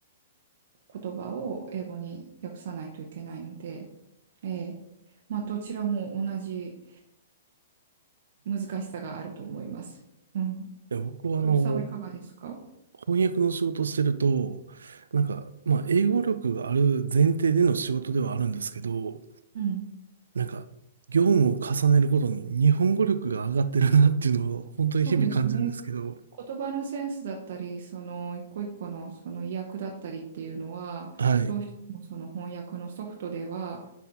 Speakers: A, on the right; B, on the right.
A: 言葉を英語に訳さないといけないので、ええまあ、どちらも同じ難しさがあると思います。うん。
B: や僕はあの、
A: トールさんはいかがですか
B: 翻訳の仕事をしてると、なんか、まあ、英語力がある前提での仕事ではあるんですけど、
A: うん。
B: なんか、業務を重ねることに日本語力が上がってるなっていうのを本当に日々感じるんですけど、
A: そうですね。言葉のセンスだったり、その一個一個のその意訳だったりっていうのは、
B: はい、
A: どうしてもその翻訳のソフトでは、